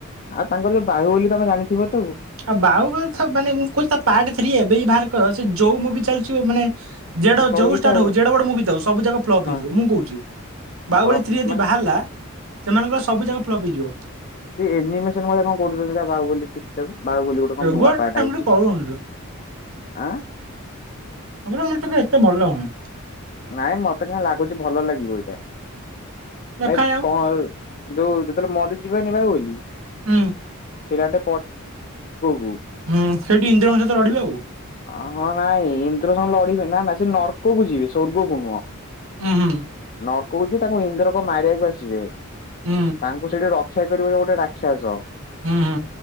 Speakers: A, on the left (about 40°); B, on the right (about 70°).
A: ଆଉ ତାଙ୍କର ଯୋଉ ବାହୁବଲି ତମେ ଜାଣିଥିବ ତ
B: ଆଉ ବାହୁବଳୀ ତ ମାନେ ମୁଁ କୋହୁଚି ତା ପାର୍ଟ ଥ୍ରୀ ଏବେ ବି ଭାର କର ସିଏ ଯୋଉ ମୁଭି ଚାଲୁଚି ହୋଉ ମାନେ ଯେଡ
A: ପଇତା
B: ଯୋଉ ଷ୍ଟାର୍
A: ଆଉ
B: ହୋଉ ଯେଡ଼େବଡ ମୁଭି ଥାଉ ସବୁ ଜାକ ଫ୍ଲପ୍
A: ହଁ
B: ହେଇଯିବ ମୁଁ କୋହୁଚି। ବାହୁବଳୀ
A: ପ୍ର
B: ଥ୍ରୀ ଯଦି
A: ମାନେ
B: ବାହାରିଲା ସେମାନଙ୍କର ସବୁ ଜାକ ଫ୍ଲପ୍ ହେଇଯିବ।
A: ସେଇ ଏନିମେସନ୍ ଭଳିଆ କଣ କରୁଚନ୍ତି ପା ବାହୁବଳୀ ଥ୍ରୀଟାକୁ। ବାହୁବଲୀ ଗୋଟେ କଣ
B: ରେଗୁଆଟା
A: ନୂଆ ପାର୍ଟ୍
B: ସେମିତି
A: ଆଉଚି
B: କରୁଛନ୍ତି
A: ଆଁ
B: ହେଗୁରା ମତେ କାଇଁ ଏତେ ଭଲ ଲାଗୁନେଇଁ।
A: ନାଇଁ ମତେ କାଇଁ ଲାଗୁଚି ଭଲ ଲାଗିବ ଏଇଟା।
B: ଦେଖାଯାଉ।
A: ଭାଇ କଣ ଯୋଉ ଯେତେବେଳେ ମରିଯିବେନି ବାହୁବଲୀ
B: ହୁଁ।
A: <unintelligible> ସ୍ୱର୍ଗ କୁ
B: ହୁଁ ସେଇଠି ଇନ୍ଦ୍ରଙ୍କ ସହିତ ଲଢ଼ିବେ ଆଉ।
A: ହ ହଁ ନାଇଁ ଇନ୍ଦ୍ରସଙ୍ଗ ଲଢିବେ ନା ନା ସେ ନର୍କକୁ ଯିବେ, ସ୍ୱର୍ଗ କୁ ନୁହଁ।
B: ହୁଁ ହୁଁ।
A: ନର୍କକୁ ଯିବେ, ତାଙ୍କୁ ଇନ୍ଦ୍ରକ ମାରିବାକୁ ଆସିବେ,
B: ହୁଁ
A: ତାଙ୍କୁ ସେଠି ର ରକ୍ଷା କରିବ, ଇଏ ଗୋଟେ ରାକ୍ଷସ।
B: ହୁଁ ହୁଁ।